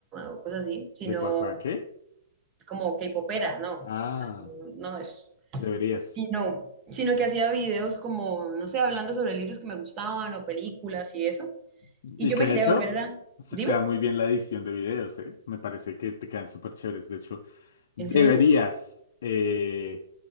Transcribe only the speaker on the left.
¿De cuacuá qué?
Ah,
deberías.
Y
que
de hecho,
se
te da muy bien la edición de videos, ¿eh? Me parece que te quedan súper chéveres. De hecho, deberías,
eh,